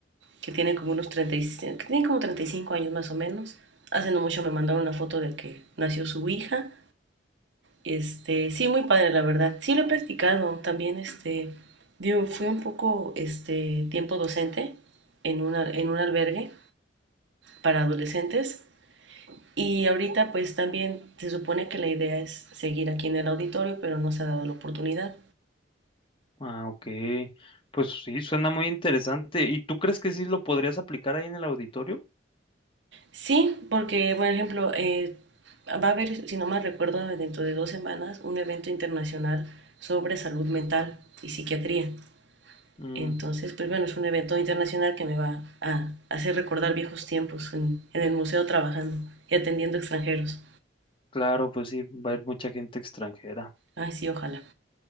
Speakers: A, on the right; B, on the left.
A: que tiene como unos 35, que tiene como 35 años más o menos. Hace no mucho me mandaron una foto de que nació su hija. Este, sí, muy padre, la verdad. Sí lo he practicado. También, este, digo, fui un poco, este, tiempo docente en, una, en un albergue para adolescentes. Y ahorita, pues, también se supone que la idea es seguir aquí en el auditorio, pero no se ha dado la oportunidad.
B: Ah, ok. Pues sí, suena muy interesante. ¿Y tú crees que sí lo podrías aplicar ahí en el auditorio?
A: Sí, porque, por ejemplo, eh, va a haber, si no mal recuerdo, dentro de dos semanas un evento internacional sobre salud mental y psiquiatría.
B: Mm,
A: Entonces, pues bueno, es un evento internacional que me va a hacer recordar viejos tiempos en, en el museo trabajando y atendiendo extranjeros.
B: claro, pues sí, va a ir mucha gente extranjera.
A: Ay, sí, ojalá.